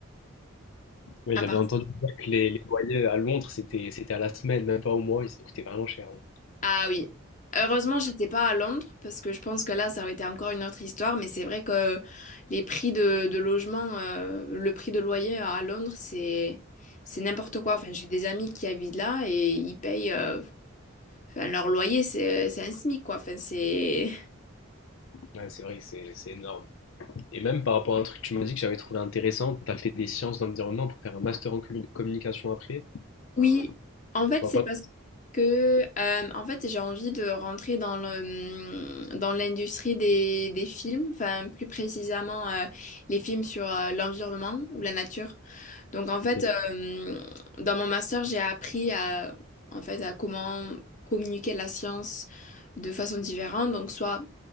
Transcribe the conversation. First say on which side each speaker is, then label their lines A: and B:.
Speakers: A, on the left (about 35°); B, on the left (about 70°).
A: <laughs>
B: Ouais,
A: à
B: j'avais
A: part.
B: entendu dire que les, les loyers à Londres, c'était, c'était à la semaine, même pas au mois, et ça coûtait vraiment cher. hein.
A: Ah oui. Heureusement, j'étais pas à Londres parce que je pense que là, ça aurait été encore une autre histoire. Mais c'est vrai que les prix de, de logement, euh, le prix de loyer à Londres, c'est c'est n'importe quoi. Enfin, j'ai des amis qui habitent là et ils payent. euh, enfin, leur loyer, c'est c'est un SMIC quoi. Enfin, c'est. <laughs>
B: Ouais, c'est vrai que c'est, c'est énorme. Et même par rapport à un truc que tu m'as dit que j'avais trouvé intéressant, tu as fait des sciences de l'environnement pour faire un master en commu- communication après.
A: Oui.
B: Enfin,
A: En fait,
B: je vois
A: c'est
B: pas.
A: parce que euh, en fait, j'ai envie de rentrer dans le hum, dans l'industrie des des films. Enfin, plus précisément, euh, les films sur euh, l'environnement ou la nature. Donc en fait,
B: Ok,
A: euh, dans mon master, j'ai appris à, en fait, à comment communiquer la science de façon différente, donc soit